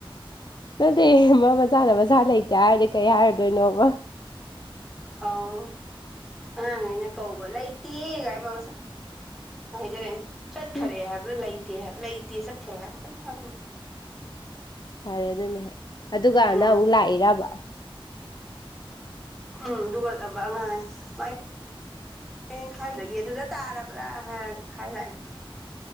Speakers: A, on the left; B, in the centre.
A: ꯅꯠꯇꯦ ꯃꯥ ꯃꯁꯥꯅ ꯃꯁꯥ ꯂꯩꯇꯦ ꯍꯥꯏꯔꯤꯁꯦ ꯀꯩ ꯍꯥꯏꯔꯨꯗꯣꯏꯅꯣꯕ
B: ꯑꯥꯎ ꯑꯉꯥꯡ ꯈꯩꯅ ꯀꯧꯕ ꯂꯩ ꯇꯦ ꯒꯥꯏꯅ ꯃꯁꯥ ꯍꯥꯏꯖꯔꯛꯑꯦ ꯆꯠꯈꯔꯦ
A: ꯎꯝ
B: ꯍꯥꯏꯕ꯭ꯔꯥ ꯂꯩꯇꯦ ꯂꯩꯇꯦ ꯆꯠꯈꯔꯦ ꯍꯥꯏꯕꯔ ꯀꯩꯅꯣꯝ ꯍꯥꯏꯔꯛꯄꯅꯤ
A: ꯐꯔꯦ ꯑꯗꯨꯅꯍꯦꯛ ꯑꯗꯨꯒ
B: ꯎꯝ
A: ꯅꯪ ꯑꯃꯨꯛ ꯂꯥꯛꯏꯔꯕ
B: ꯎꯝ ꯑꯗꯨꯒꯂꯕ ꯑꯉꯥꯡ ꯃꯥꯏ <unintelligible> ꯈꯥꯏꯗꯒꯤ ꯑꯗꯨꯗ ꯇꯥꯔꯕ꯭ꯔꯥ ꯍꯥꯏ ꯈꯥꯏ ꯂꯥꯛꯑꯏ